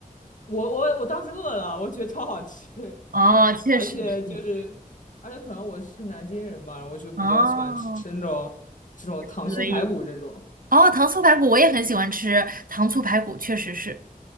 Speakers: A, on the left; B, on the right.
A: 我我我当时饿了，我觉得超好吃，
B: 哦，
A: <laughs>
B: 确实是。
A: 而且就是而且可能我是南京人嘛，我就比较喜欢吃那种这种糖醋排骨这种。
B: 哦，可以。哦，糖醋排骨我也很喜欢吃，糖醋排骨确实是。